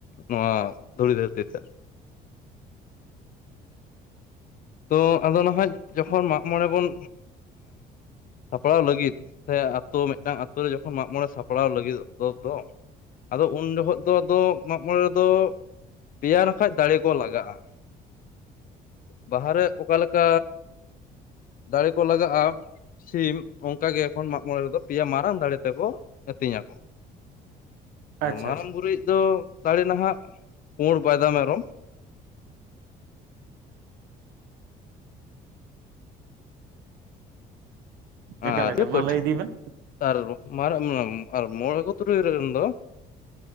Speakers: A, on the left (about 55°); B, on the right (about 85°).
A: ᱱᱚᱣᱟ ᱫᱷᱩᱲᱤ ᱫᱷᱟᱹᱨᱛᱤ ᱛᱮ ᱾ ᱛᱚ ᱟᱫᱚ ᱱᱟᱦᱟᱜ ᱡᱚᱠᱷᱚᱱ ᱢᱟᱜ ᱢᱚᱬᱮ ᱵᱚᱱ ᱥᱟᱯᱲᱟᱣ ᱞᱟᱹᱜᱤᱫ ᱥᱮ ᱟᱛᱳ ᱢᱤᱫᱴᱟᱱ ᱟᱛᱳ ᱨᱮ ᱡᱚᱠᱷᱚᱱ ᱢᱟᱜ ᱢᱚᱬᱮ ᱥᱟᱯᱲᱟᱣ ᱞᱟᱹᱜᱤᱫ ᱫᱚ ᱟᱫᱚ ᱩᱱ ᱡᱚᱠᱷᱚᱡ ᱫᱚ ᱟᱫᱚ ᱢᱟᱜ ᱢᱚᱬᱮ ᱫᱚ ᱯᱮᱭ ᱱᱟᱠᱷᱟᱡ ᱫᱟᱸᱲᱮ ᱠᱚ ᱞᱟᱜᱟᱜᱼᱟ ᱾ ᱵᱟᱦᱟᱨᱮ ᱚᱠᱟ ᱞᱮᱠᱟ ᱫᱟᱸᱲᱮ ᱠᱚ ᱞᱟᱜᱟᱜᱼᱟ ᱾ ᱥᱤᱢ ᱚᱱᱠᱟᱜᱮ ᱮᱠᱷᱚᱱ ᱢᱟᱜ ᱢᱚᱬᱮ ᱨᱮᱫᱚ ᱯᱮᱭᱟ ᱢᱟᱨᱟᱝ ᱫᱟᱲᱮ ᱛᱮᱠᱚ ᱟᱹᱛᱤᱧᱟ᱾ ᱟᱫᱚ
B: ᱟᱪᱪᱷᱟ
A: ᱢᱟᱨᱟᱝ
B: ᱟᱪᱪᱷᱟ
A: ᱵᱩᱨᱤᱡ ᱫᱚ ᱫᱟᱸᱲᱮ ᱱᱟᱦᱟᱜ ᱯᱩᱬ ᱵᱟᱭᱫᱟ ᱢᱮᱨᱚᱢ ᱾
B: ᱮᱠᱟᱞ
A: ᱟᱨ
B: ᱮᱠᱟᱞ
A: <inaudible>
B: ᱢᱟ ᱞᱟᱹᱭ ᱤᱫᱤ ᱵᱮᱱ
A: ᱟᱨ ᱢᱟᱨᱟᱜ ᱢᱮᱱᱮ ᱟᱨ ᱢᱚᱬᱮ ᱠᱚ ᱛᱩᱨᱩᱭ ᱨᱮᱱ ᱫᱚ ᱾